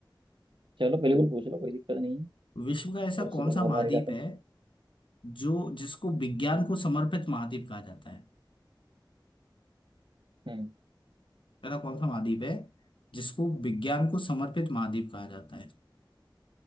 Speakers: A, on the right; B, on the left.
A: चलो बिल्कुल पूछ लो कोई दिक्कत नहीं है
B: विश्व का ऐसा
A: पॉसिबल
B: कौन सा
A: हो
B: महाद्वीप
A: पाएगा
B: है
A: तो
B: जो जिसको विज्ञान को समर्पित महाद्वीप कहा जाता है?
A: हम्म
B: पता कौन सा महाद्वीप है जिसको विज्ञान को समर्पित महाद्वीप कहा जाता है